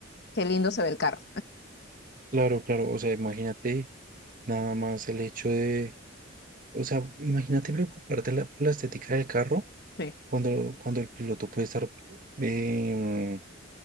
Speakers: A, on the left; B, on the right.
A: qué lindo se ve el carro.
B: Claro, claro. O sea, imagínate nada más el hecho de... O sea, imagínate preocuparte la- por la estética del carro
A: Sí,
B: cuando, cuando el piloto puede estar... em,